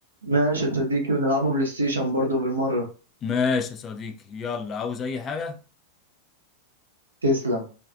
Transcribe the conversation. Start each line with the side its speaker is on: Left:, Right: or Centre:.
Right: ماشي يا صديقي ونلعبوا بلاي ستيشن برضو بالمرة
Left: ماشي يا صديقي يلا عاوز اي حاجه
Right: تسلم